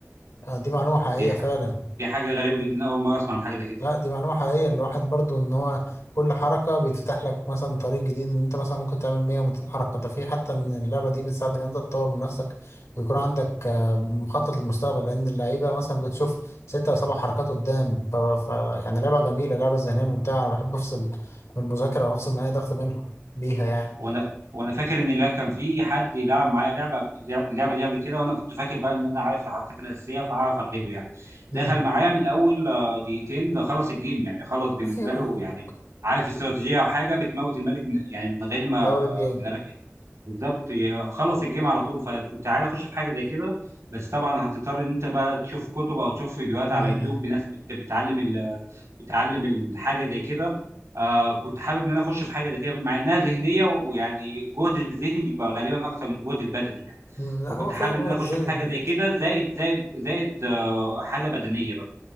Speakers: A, on the left; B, on the right.
A: آه دي معلومه حقيقيه
B: دي ح-
A: فعلا
B: دي حاجه غريبه جدا اول مره اسمع عن حاجه زي كده
A: لا دي معلومة حقيقية الواحد برضو ان هو كل حركة بيتفتح لك مثلا طريق جديد ان انت مثلا ممكن تعمل 100 و200 حركة ده في حتى ان اللعبة دي بتساعدك ان انت تطور من نفسك ويكون عندك آه، مخطط للمستقبل لان اللعيبة مثلا بتشوف ستة او سبع حركات قدام ف... ف... يعني لعبة جميلة لعبة ذهنية ممتعة انا بحب افصل من المذاكرة وافصل من اي ضغط منها بيها يعني
B: وانا وانا فاكر ان لا كان في حد يلعب معايا لعبه قبل- اللعبه دي قبل كده وانا كنت فاكر بقى ان انا عارف الحركات الاساسيه فاعرف اغلبه يعني دخل
A: امم
B: معايا من اول آه، دقيقتين خلص الجيم يعني خلص بالنسبه
A: ايوه
B: له يعني عارف استراتيجيه او حاجه بتموت الملك من يعني من غير ما
A: في اول الجيم
B: من غير بالظبط ي- خلص الجيم على طول فكنت عايز اخش في حاجه زي كده بس طبعا هتضطر ان انت بقى تشوف كتب او تشوف فيديوهات على
A: امم
B: يوتيوب بناس بت- بتعلم ال... بتعلم الحاجه زي كده آه كنت حابب ان انا اخش في حاجه زي كده مع انها ذهنيه ويعني الجهد الذهني بيبقى غالبا اكتر من الجهد البدني يعني
A: أمم، لا
B: فكنت
A: هو فعلا
B: حابب
A: بيبقى
B: ان انا اخش
A: تزيين
B: في حاجه
A: كبير
B: زي كده زائد زائد زائد آه حاجه بدنيه بقى.